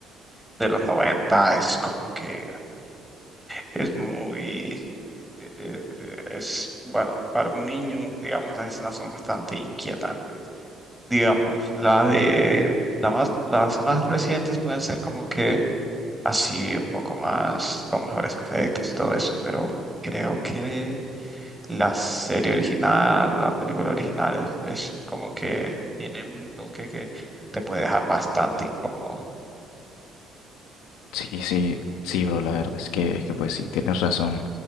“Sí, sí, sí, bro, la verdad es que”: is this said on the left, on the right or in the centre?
Left